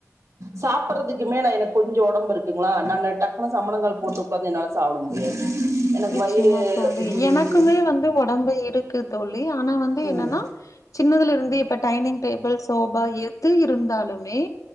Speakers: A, on the right (about 70°); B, on the left (about 85°).
A: சாப்பட்றுதுக்குமே நா எனக் கொஞ்சோ ஒடம்பு இருக்குங்களா நானு டக்குன்னு சம்மணங்கால் போட்டு உக்காந்து என்னால சாப்ட முடியாது எனக்கு
B: நிச்சயமா
A: வயிறு
B: தோழி
A: ம்
B: எனக்குமே வந்து ஒடம்பு இருக்கு தோழி ஆனா வந்து
A: ம்
B: என்னன்னா சின்னதுல இருந்து இப்ப டைனிங் டேபிள் சோபா எது இருந்தாலுமே